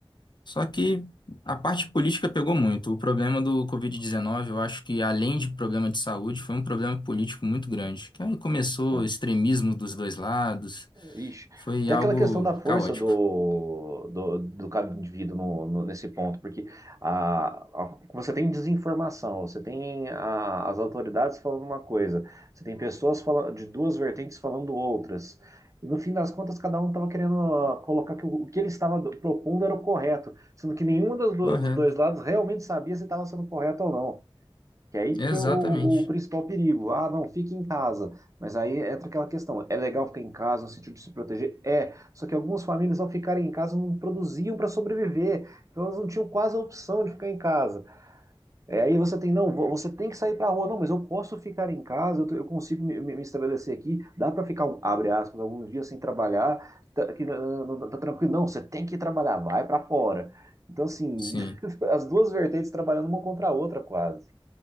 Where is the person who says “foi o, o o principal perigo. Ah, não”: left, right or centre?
Right